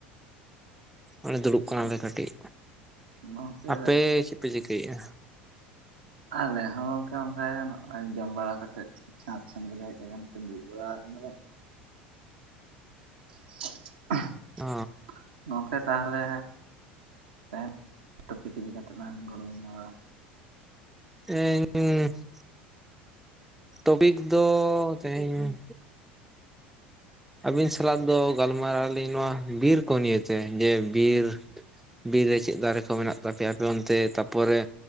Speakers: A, in the centre; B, on the right (about 70°).
A: ᱚᱱᱮ ᱫᱩᱲᱩᱵ
B: ᱟᱪᱪᱷᱟ
A: ᱠᱟᱱᱟᱞᱮ ᱠᱟᱹᱴᱤᱡ,
B: ᱜᱚᱝᱠᱮ
A: ᱟᱯᱮ ᱪᱮᱜ ᱯᱮ ᱪᱤᱠᱟᱹᱭᱮᱜ-ᱟ
B: ᱟᱞᱮ ᱦᱚᱸ ᱜᱚᱝᱠᱮ ᱚᱝᱠᱟᱜᱮ ᱱᱚ-ᱚᱭ ᱡᱚᱢ ᱵᱟᱲᱟ ᱠᱟᱛᱮᱫ ᱪᱷᱸᱟᱛ ᱥᱮᱱ ᱜᱮᱞᱮ ᱦᱮᱡ ᱟᱠᱟᱱ ᱛᱮ ᱫᱩᱲᱩᱵ ᱵᱟᱲᱟᱣ ᱠᱟᱱᱟᱞᱮ᱾ <inaudible>
A: ᱚ
B: ᱜᱚᱝᱠᱮ ᱛᱟᱦᱚᱞᱮ ᱛᱮᱦᱮᱧ ᱴᱚᱯᱤᱠ ᱤᱫᱤ ᱠᱟᱛᱮᱜ ᱞᱟᱝ ᱜᱚᱞᱢᱟᱨᱟᱣᱟ᱾
A: <inaudible> ᱴᱚᱯᱤᱠ ᱫᱚ ᱛᱮᱦᱮᱧ, ᱟᱹᱵᱤᱱ ᱥᱟᱞᱟᱜ ᱫᱚ ᱜᱟᱞᱢᱟᱨᱟᱣ ᱟᱹᱞᱤᱧ ᱱᱚᱣᱟ ᱵᱤᱨ ᱠᱚ ᱱᱤᱭᱮᱛᱮ ᱡᱮ ᱵᱤᱨ ᱵᱤᱨ ᱨᱮ ᱪᱮᱜ ᱫᱟᱨᱮ ᱠᱚ ᱢᱮᱱᱟᱜ ᱛᱟᱯᱮᱭᱟ ᱟᱯᱮ ᱚᱱᱛᱮ ᱛᱟᱯᱚᱨᱮ